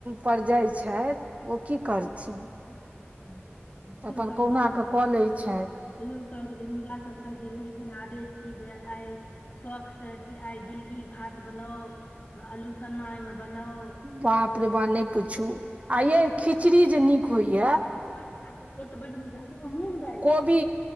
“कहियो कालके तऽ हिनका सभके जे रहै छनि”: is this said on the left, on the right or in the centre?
Left